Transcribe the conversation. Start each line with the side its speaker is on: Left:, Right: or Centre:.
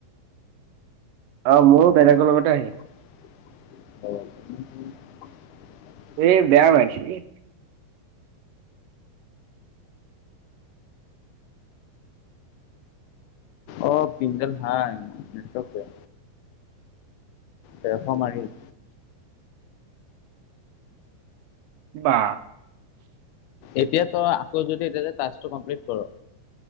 Right: অ', মোৰ বেলেগৰ লগতে আহিম।
Left: <unintelligible>
Right: এই বেয়া মাৰিছে এই।
Left: অ', পিন ডাল ভাল। নেটৱৰ্ক বেয়া। তেৰশ মাৰিল।
Right: বা।
Left: এতিয়া তই আকৌ যদি এতিয়া টাস্কটো কমপ্লিট কৰ